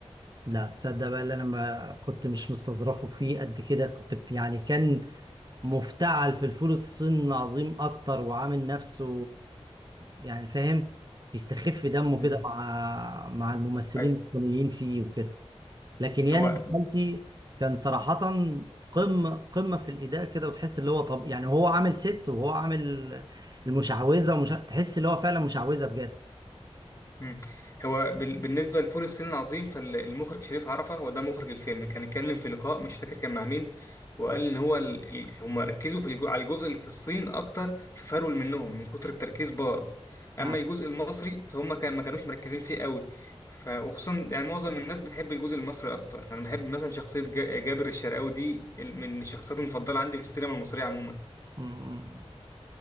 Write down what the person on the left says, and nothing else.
مم.
ايوه
هو
مم. هو بال- بالنسبة لفول الصين العظيم فالمخرج شريف عرفة هو ده مخرج الفيلم كان اتكلم في لقاء مش فاكر كان مع مين وقال ان هو ال... ال- هم ركزوا في الجو... على الجزء اللي في الصين اكتر ففرول منهم من كتر التركيز باظ اما
الجزء المصري فهم كان ما كانوش مركزين فيه قوي ف... وخصوصا يعني معظم الناس بتحب الجزء المصري اكتر انا بحب مثلا شخصية جا... جابر الشرقاوي دي ال- من الشخصيات المفضلة عندي في السينما المصرية عموما